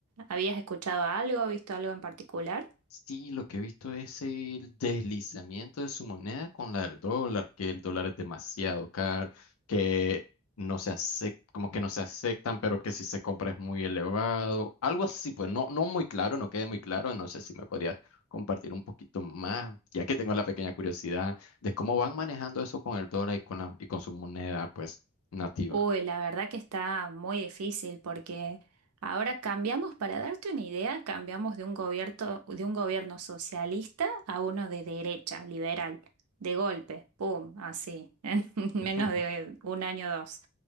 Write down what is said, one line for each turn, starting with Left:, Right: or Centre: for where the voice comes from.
Right: ¿Habías escuchado algo, visto algo en particular?
Left: Sí, lo que he visto es el deslizamiento de su moneda con la del dólar, que el dólar es demasiado caro, que no se acepta, como que no se aceptan, pero que si se compra es muy elevado. Algo así, pues no, no muy claro, no queda muy claro. No sé si me podrías compartir un poquito más, ya que tengo la pequeña curiosidad de cómo van manejando eso con el dólar y con la, y con su moneda, pues, nativa.
Right: Uy, la verdad que está muy difícil porque ahora cambiamos, para darte una idea, cambiamos de un gobierno, de un gobierno socialista a uno de derecha, liberal, de golpe, pum, así, <laughs> en menos
Left: <laughs>
Right: de un año o dos.